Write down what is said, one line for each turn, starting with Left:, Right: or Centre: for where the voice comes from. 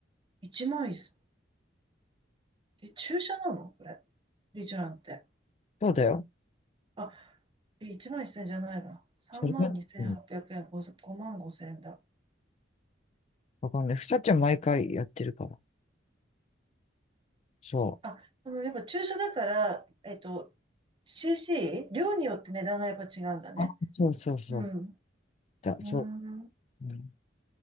Right: 1万1000、え、注射なのこれ。リジュランって。
Left: そうだよ。
Right: あ、え1万1000じゃないわ。3万2800円、
Left: それが、うん。
Right: 5、5万5000円だ。
Left: わかんない。ふさちゃん毎回やってるから。そ
Right: あ、その、やっぱ注射だから、えっと、CC? 量によって値段がやっぱ違うんだね。
Left: う。あ、そうそうそう。
Right: うん。
Left: だ、
Right: うー
Left: そ
Right: ん。
Left: う。うん。